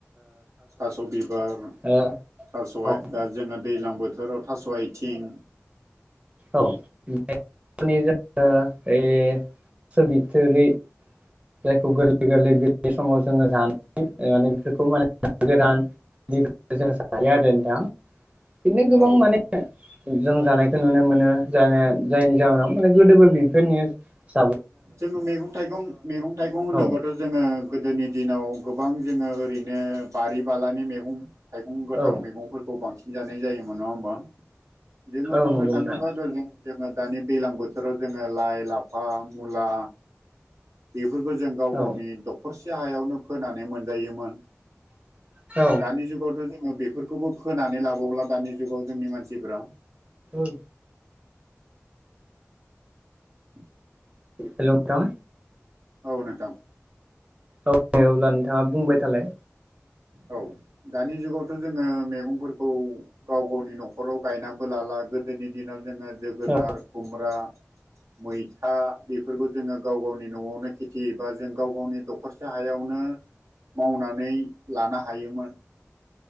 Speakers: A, on the right; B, on the right.
A: थास' बिबार
B: आथिं
A: थास'हाय
B: औ
A: दा जोङो दैलां बोथोराव थास' स' आयथिं
B: औ बे जोंनो ऐ थास बिथोरि जायखौ गोरलै गोरलै बिलाइ समाव जोङो जानानै माने बेफोरखौ माने गोदान <unintelligible> आरो नोंथां। बिदिनो गोबां
A: औ
B: माने जों जानायखो नुनो मोनो जानाया जायनि जाहोनाव माने गोदोबो बेफोरनि सा
A: जोङो मैगं थाइगं मैगं थाइगं होनोबाथ'
B: औ
A: जोङो ओ गोदोनि दिनाव गोबां जोङो ओरैनो बारि बालानि मेगं थाइगं गोथां
B: औ
A: मैगंफोरखौ बांसिन जानाय जायोमोन नङा होमबा? जोङो
B: औ
A: बुंनो
B: नंगौ
A: थाङोबा
B: नोंथां
A: गोदो जोङो दानि दैलां बोथोराव जोङो लाइ लाफा, मुला बेफोरखौ जों गाव
B: औ
A: गावनि दखरसे हायावनो फोनानै मोनजायोमोन।
B: <unintelligible>
A: दानि जुगावथ' जोङो बेफोरखौबो फोनानै लाबावला दानि जुगाव जोंनि मानसिफ्रा।
B: ओ।
A: <unintelligible>
B: हेलौ नोंथां
A: औ नोंथां
B: औ अब्ला नोंथाङा बुंबाय थालाय।
A: औ दानि जुगावथ जोङो मैगंफोरखौ गाव गावनि न'खराव गायनानैबो ला ला गोदोनि दिनाव जोङो जोगोनार
B: औ
A: खुमब्रा मैथा बेफोरखौ जोङो गाव गावनि न'आवनो खेथि बा जों गाव गावनि दखरसे हायावनो नो मावनानै लानो हायोमोन